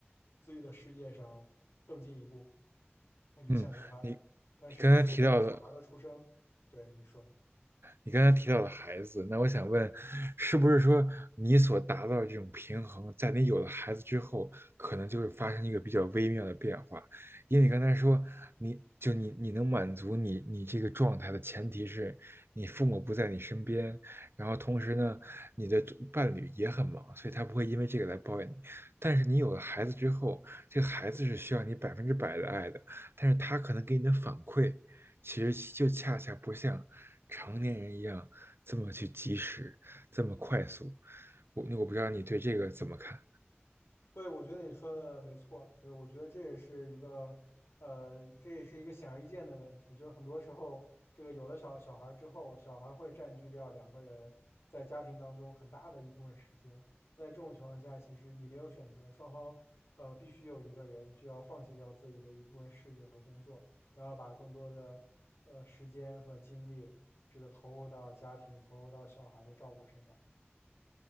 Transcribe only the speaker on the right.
嗯，你你刚才提到的，
你刚才提到的孩子，那我想问，是不是说你所达到的这种平衡，在你有了孩子之后，可能就会发生一个比较微妙的变化？因为你刚才说，你就你你能满足你你这个状态的前提是你父母不在你身边，然后同时呢，你的伴侣也很忙，所以他不会因为这个来抱怨你。但是你有了孩子之后，这个孩子是需要你百分之百的爱的，但是他可能给你的反馈。其实就恰恰不像成年人一样这么去及时，这么快速。我我不知道你对这个怎么看？